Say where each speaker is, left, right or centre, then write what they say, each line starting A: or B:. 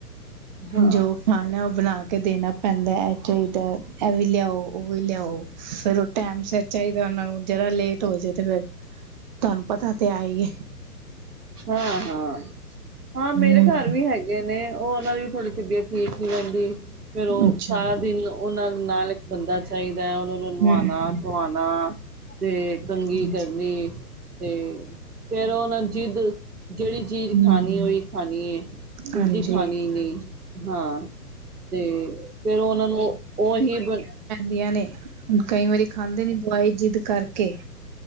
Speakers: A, on the right; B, on the right.
A: ਹਾਂ
B: ਜੋ ਖਾਣਾ, ਉਹ ਬਣਾ ਕੇ ਦੇਣਾ। ਪੈਂਦਾ ਇਹ ਚਾਹੀਦਾ ਇਹ ਵੀ ਲਿਆਓ, ਉਹ ਵੀ ਲਿਆਓ ਫਿਰ ਟੈਮ ਸਿਰ ਚਾਹੀਦਾ ਉਹਨਾ ਨੂੰ ਜਰਾ ਲੇਟ ਹੋ ਜਾਏ ਤੇ ਫੇਰ ਤੁਹਾਨੂੰ ਪਤਾ ਤੇ ਹੈਹੀਏ
A: ਹਾਂ ਹਾਂ। ਹਾਂ, ਮੇਰੇ
B: ਹੂੰ,
A: ਘਰ ਵੀ ਹੈਗੇਨੇ ਔ ਔਨਾਂ ਦੀ ਥੋੜ੍ਹੀ ਤਬੀਅਤ ਠੀਕ ਨੀ ਰੇਂਦੀ। ਫੇਰ ਉਹ
B: ਅੱਛਾ
A: ਸਾਰਾ ਦਿਨ ਉਹਨਾਂ ਦੇ ਨਾਲ ਇੱਕ ਬੰਦਾ ਚਾਈ ਮੈਂ ਔਨਾਂ ਨੂੰ
B: ਹੂੰ,
A: ਨੁਆਣਾ ਧੁਆਣਾ ਤੇ ਕੰਘੀ
B: ਹੂੰ।
A: ਕਰਨੀ ਤੇ ਫੇਰ ਉਹਨਾਂ ਜਿੱਦ ਜੜੀ ਚੀਜ਼
B: ਹੂੰ,
A: ਖਾਣੀ ਔਈ ਖਾਣੀ ਏ। ਦੂਜੀ
B: ਹਾਂਜੀ
A: ਖਾਣੀ ਨਈ, ਹਾਂ ਤੇ ਫੇਰ ਉਹਨਾਂ ਨੂੰ ਔਹੀ ਬੰ
B: ਦੀਆਂ ਨੇ। ਕਈ ਵਾਰੀ ਖਾਂਦੇ ਨੀ ਦਵਾਈ ਜਿੱਦ ਕਰਕੇ।